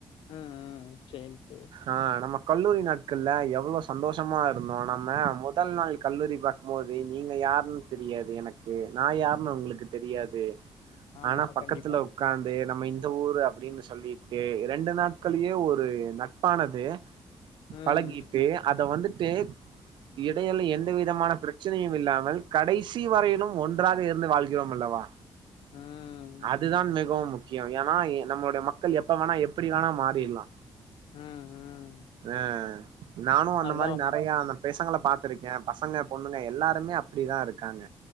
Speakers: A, on the left (about 80°); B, on the right (about 65°).
A: ம் ம் சேர் சேர்
B: ஆ நம்ம கல்லூரி நாட்கள்ல எவ்வளோ சந்தோஷமா இருந்தோ நம்ம மொதல் நாள் கல்லூரி பா க்கு போது நீங்க யாருன் தெரியாது எனக்கு நா யாருன்னு ஒங்களுக்கு தெரியாது
A: ஆமா
B: ஆனா
A: ஆமா
B: பக்கத்துல
A: கண்டிப்பா
B: உக்காந்து நம்ம இந்த ஊரு அப்டின்னு சொல்லிட்டு இரண்டு நாட்கள்யே ஒரு நட்பான து
A: ம்
B: பழகிட்டு அத வந்துட்டு எடையில எந்த விதமான பிரச்சனையு இல்லாமல் கடைசி வரையிலும் ஒன்றாக இருந்து வாழ் கிறோம் அல்லவா
A: ம்
B: அதுதான் மிகவும் முக் கியோ ஏனா எ நம்மளுடைய மக்கள் எப்ப வேணா எப்பிடி வேணா மாறிற்லா
A: ம் ம்
B: அ நானு அந்த
A: அதா
B: மாரி ந நெறையான பெசங்கள பாத்துருக்கே பசங்க பொண்ணுங்க எல்லா ருமே அப்டிதா இருக்காங்க